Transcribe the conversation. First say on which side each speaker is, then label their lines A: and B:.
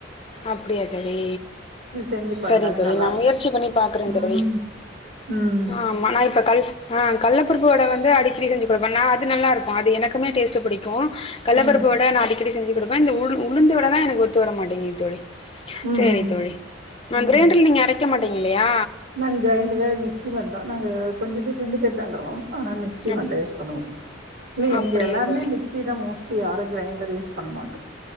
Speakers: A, on the left; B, on the right.
A: அப்டியா தோழி
B: செஞ்சு பாருங்க
A: சரி
B: அது
A: தோழி
B: நல்லா
A: நா
B: இருக்கு
A: முயற்சி பண்ணி பாக்குறே
B: ம்
A: தோழி
B: ம்
A: ஆமா நா இப்ப கல் அ கல்ல பருப்பு வட வந்து அடிக்கடி செஞ்சு குடுப்பன் நா அது நல்லாருக்கும் அது எனக்குமே டேஸ்ட்டு பிடிக்கும் கல்ல
B: ம்
A: பருப்பு வட நா அடிக்கடி செஞ்சு குடுப்பன் இந்த உ உளுந்து வடதா எனக்கு ஒத்துவர மாட்டேங்குது தோழி
B: ம்
A: சேரி
B: ம்
A: தோழி நா
B: ம்
A: கிரைண்ட்ருல நீங்க அரைக்க மாட்டீங்கில்லியா
B: நாங்க கிரைண்ட்ரு மிக்சி மட்தா நாங்க கொஞ்ச பேர் ரெண்டு பேர்தாக்குறோ ஆனால மிக் க்சி
A: அப்
B: மட்டும் யூஸ் பண்ணுவோ இல்ல எங்க
A: அப்படியா
B: எல்லாருமே
A: தோழி
B: மிக்சி தா மோஸ்ட்லி யாரும் கிரைண்டர் யூஸ் பண்ண மாட்டோ